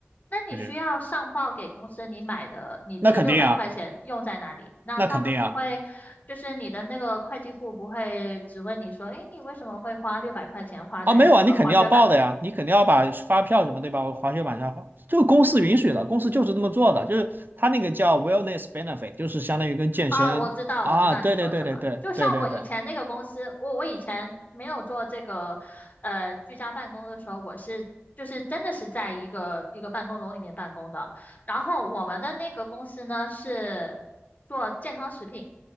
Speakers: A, on the left; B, on the right.
A: 那你需要上报给公司你买的，
B: 就是
A: 你这个六百块钱用在哪里？
B: 那肯定啊，
A: 那他们不会，
B: 那肯定啊。
A: 就是你的那个会计部不会只问你说，哎，你为什么会花六百块钱花在这个滑雪板？
B: 啊，没有啊，你肯定要报的呀，你肯定要把发票什么，对吧？我滑雪板上滑，这个公司允许的，公司就是这么做的，就是他那个叫 wellness benefit，就是相当于跟健身啊，
A: 啊，我知道，我知道你说什么。
B: 对对对对对对对对，
A: 就像我以前那个公司，我我以前没有做这个，呃，居家办公的时候，我是就是真的是在一个一个办公楼里面办公的。然后我们的那个公司呢是做健康食品，